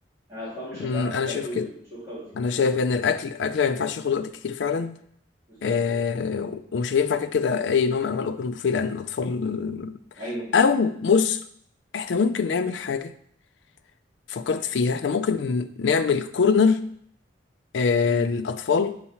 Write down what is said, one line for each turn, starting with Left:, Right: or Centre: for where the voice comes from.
Right: يعني الاطفال مش
Left: امم
Right: هتعرف
Left: انا
Right: تاكل
Left: شايف كده
Right: بالشوكة والسكينة
Left: انا شايف ان الاكل الاكل ما ينفعش ياخد وقت كتير فعلا
Right: بالظبط
Left: آه... ومش هينفع كده كده اي نوع من انواع الاوبن بوفيه لان الاطفال
Right: ايوه
Left: او بص احنا ممكن نعمل حاجه فكرت فيها احنا ممكن نعمل كورنر آه،
Right: امم
Left: للأطفال